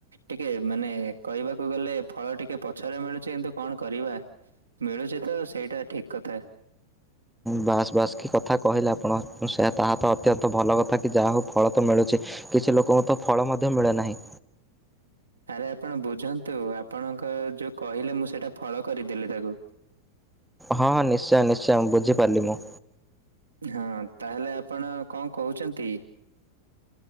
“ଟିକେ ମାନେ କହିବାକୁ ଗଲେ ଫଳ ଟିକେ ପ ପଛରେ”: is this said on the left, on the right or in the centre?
Right